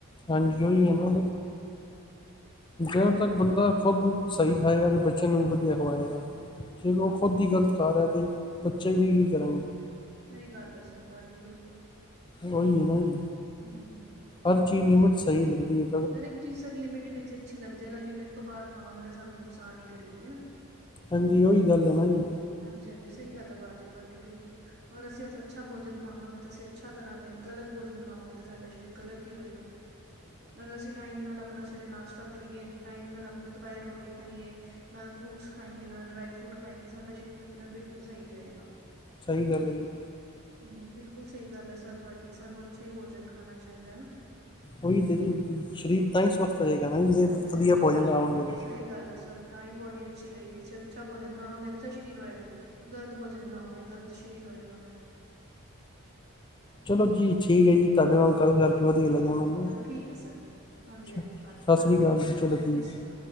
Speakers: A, on the left (about 20°); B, on the right (about 50°).
A: ਹਾਂਜੀ ਉਹੀ ਹੈ ਨਾ, ਜਦੋਂ ਤੱਕ ਬੰਦਾ ਖੁਦ ਸਹੀ ਖਾਏਗਾ ਤੇ ਬਚ ਬੱਚਿਆਂ ਨੂੰ ਵੀ ਵਧੀਆ ਖਵਾਏਗਾ। ਜੇ ਉਹ
B: ਹਾਂਜੀ।
A: ਖੁਦ ਹੀ ਗਲਤ ਖਾ ਰੇਹਾ ਤੇ ਬੱਚੇ ਵੀ ਕੀ ਕਰਨਗੇ।
B: ਸਹੀ ਗੱਲ ਹੈ ਸਰ ਤੁਹਾਡੀ ਬਿਲਕੁਲ।
A: ਉਹੀ ਹੈ ਨਾ ਜੀ।
B: ਹੂੰ।
A: ਹਰ ਚੀਜ਼ ਲਿਮਿਟ ਸਹੀ ਲੱਗਦੀ ਹੈ।
B: ਹਰ ਇੱਕ ਚੀਜ਼ ਸਰ ਲਿਮਿਟ ਵਿੱਚ ਅੱਛੀ ਲੱਗਦੀ ਹੈ। ਅਗਰ ਲਿਮਿਟ ਤੋਂ ਬਾਹਰ ਖਾਵਾਂਗੇ ਤਾਂ ਸਾਨੂੰ ਨੁਕਸਾਨ ਹੀ ਕਰੇਗੀ, ਹਨਾ।
A: ਹਾਂਜੀ ਉਹੀ ਗੱਲ ਹੈ ਨਾ ਜੀ।
B: ਹਾਂਜੀ-ਹਾਂਜੀ ਸਹੀ ਗੱਲ ਆ ਭਾਅ ਜੀ ਤੁਹਾਡੀ ਬਿਲਕੁਲ ਅਗਰ ਅਸੀਂ ਅੱਛਾ ਭੋਜਨ ਖਾਵਾਂਗੇ ਤੇ ਅਸੀਂ। ਅੱਛਾ ਕਰਾਂਗੇ ਗ਼ਲਤ ਭੋਜਨ ਖਾਵਾਂਗੇ ਤੇ ਸਾਡਾ ਸਰੀਰ ਗਲਤ ਹੀ ਹੋਏਗਾ। ਅਗਰ ਅਸੀਂ ਟਾਈਮ ਨਾਲ ਆਪਣਾ ਸਵੇਰੇ ਨਾਸ਼ਤਾ ਕਰੀਏ। ਟਾਈਮ ਨਾਲ ਆਪਣਾ ਦੁਪਹਿਰੇ ਰੋਟੀ ਖਾਈਏ। ਨਾਲ ਫਰੂਟਸ ਖਾਈਏ ਨਾਲ ਡਰਾਈ ਫਰੂਟ ਖਾਈਏ ਤੇ ਸਾਡਾ ਸਰੀਰ ਆਪਣੇ ਆਪ ਬਿਲਕੁਲ ਸਹੀ ਰਹੇਗਾ।
A: ਸਹੀ ਗੱਲ ਹੈ ਜੀ।
B: ਹਮ ਬਿਲਕੁਲ ਸਹੀ ਗੱਲ ਹੈ ਸਰ ਤੁਹਾਡੀ ਸਾਨੂੰ ਅੱਛਾ ਹੀ ਭੋਜਨ ਖਾਣਾ ਚਾਹੀਦਾ ਨਾ।
A: ਉਹੀ ਤੇ ਜੀ ਸਰੀਰ ਤਾਂ ਹੀ ਸਵਸਥ ਰਹੇਗਾ ਨਾ ਜੀ
B: ਹਾਂਜੀ-ਹਾਂਜੀ
A: ਵਧੀਆ ਭੋਜਨ ਖਾਵਾਂਗੇ ਤੇ।
B: ਸਹੀ ਗੱਲ ਹੈ ਸਰ। ਤਾਂ ਹੀ ਬੋਡੀ ਅੱਛੀ ਰਹੇਗੀ ਜੇ ਅੱਛਾ ਭੋਜਨ ਖਾਵਗੇ ਅੱਛਾ ਸਰੀਰ ਹੋਏਗਾ। ਗ਼ਲਤ ਭੋਜਨ ਖਾਵਾਂਗੇ ਗ਼ਲਤ ਸਰੀਰ ਹੋਏਗਾ।
A: ਚਲੋ ਜੀ ਠੀਕ ਹੈ ਜੀ ਤੁਹਾਡੇ ਨਾਲ ਗੱਲ ਕਰਕੇ ਵਧੀਆ ਲੱਗਿਆ। ਮੈਂ ਹਮ
B: ਚਲੋ
A: ਅੱਛਾ,
B: ਠੀਕ ਹੈ ਸਰ ਹਾਂਜੀ ਹਾਂਜੀ
A: ਸਤਿ
B: ਭਾਜੀ ਚਲੋ
A: ਸ੍ਰੀ ਅਕਾਲ
B: ਠੀਕ
A: ਜੀ, ਚਲੋ
B: ਸਤਿ
A: ਜੀ।
B: ਸ਼੍ਰੀ ਅਕਾਲ